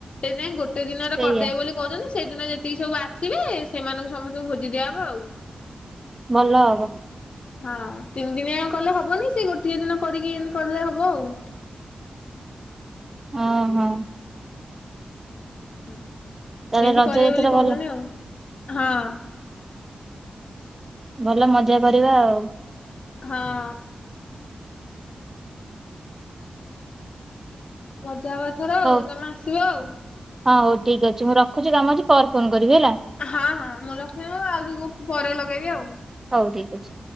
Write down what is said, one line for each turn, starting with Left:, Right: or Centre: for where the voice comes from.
Left: ସେଥିାଇଁ କେତେ ଦିନରେ
Right: ସେଇଆ
Left: କରିଦେବେ ବୋଲି କହୁଛନ୍ତି। ସେଦିନ ଯେତିକି ସବୁ ଆସିବେ ସେମାନଙ୍କୁ ସମସ୍ତଙ୍କୁ ଭୋଜି ଦିଆହେବ ଆଉ
Right: ଭଲ ହବ।
Left: ହଁ ତିନି ଦିନିଆ କଲେ ହବନି। ସେ ଗୋଟିଏ ଦିନ କରିକି ଏତି କଲେ ହବ ଆଉ
Right: ଅ ହଁ।
Left: ଉଁ ହୁଁ।
Right: ତାହେଲେ
Left: ଏମିତି
Right: ରଜରେ
Left: କରିବେ
Right: ଏଥର
Left: ବୋଲି କହୁଛନ୍ତି
Right: ଭଲ
Left: ଆଉ। ହଁ।
Right: ଭଲ ମଜା କରିବା ଆଉ।
Left: ହଁ। ରଜ ଯିବା ଏଥର ଆଉ
Right: ହଉ
Left: ତମେ ଆସିବ ଆଉ।
Right: ହଁ ହଉ ଠିକ ଅଛି ମୁଁ ରଖୁଚି କାମ ଅଛି, ପରେ ଫୋନ କରିବି ହେଲା।
Left: ହଁ ହଁ ମୁଁ ରଖୁଚି ମୁଁ ଆଉ ଦିଗୁ ପରେ ଲଗେଇବି ଆଉ।
Right: ହଉ ଠିକ ଅଛି।